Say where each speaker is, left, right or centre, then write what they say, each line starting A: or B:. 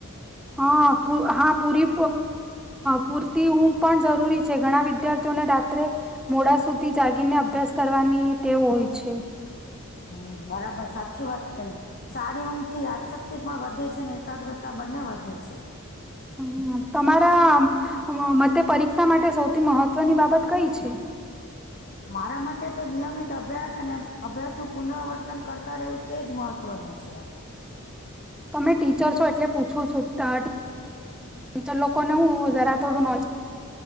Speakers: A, in the centre; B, on the left (about 45°).
A: હા, હા, પૂરી પૂરતી ઊઘ પણ જરૂરી છે. ઘણા વિદ્યાર્થીઓને રાત્રે મોડા સુધી જાગીને અભ્યાસ કરવાની તેવ હોય છે.
B: હમ્મ, બરાબર સાચી વાત કઈ. સારી ઊંઘ થી આશક્તિ પણ વધે છે ને એકાગ્રતા બંને વધે છે.
A: હમ્મ, તમારા મતે પરીક્ષા માટે સૌથી મહત્વની બાબત કઈ છે?
B: મારા મતે તો નિયમિત અભ્યાસ અને અભ્યાસનું પુનરાવર્તન કરતા રહેવું તેજ મહત્ત્વનું છે.
A: તમે ટીચર છો, એટલે પૂછું છું ટીચર લોકોને હું જરા થોડું નોલેજ